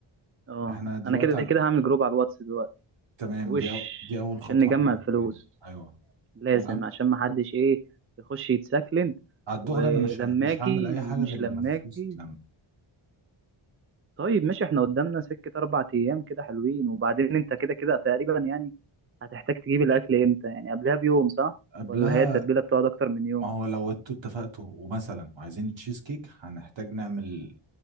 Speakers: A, on the right (about 25°); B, on the right (about 60°).
A: اه
B: احنا دلوقتي
A: انا كده
B: عن...
A: كده هعمل جروب على الواتس دلوقتي
B: تمام
A: وش
B: دي أو... دي اول خطوة
A: عشان نجمع
B: احنا محتاجينها
A: الفلوس
B: ايوه
A: لازم
B: وأم...
A: عشان ما
B: و...
A: حدش ايه يخش يتسكلن
B: على الدغري
A: ولما
B: انا مش ه... مش
A: اجي
B: هعمل اي حاجة
A: ومش
B: غير لما
A: لما
B: الفلوس
A: اجي
B: تتلم
A: طيب ماشي احنا قدامنا سكة اربع ايام كده حلوين وبعدين انت كده كده تقريبا يعني هتحتاج تجيب الاكل امتى يعني قبلها بيوم صح
B: قبلها
A: ولا هي التتبيلة بتقعد اكتر من يوم
B: ما هو لو انتوا اتفقتوا ومثلا وعايزين التشيز كيك هنحتاج نعمل